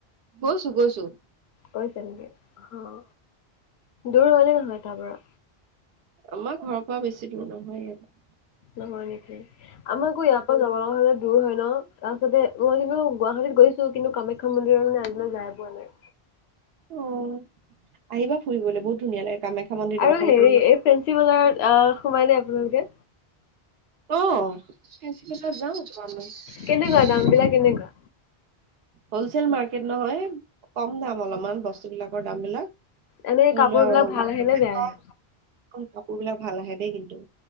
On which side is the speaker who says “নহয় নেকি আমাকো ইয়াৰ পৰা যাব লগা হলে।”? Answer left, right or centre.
Left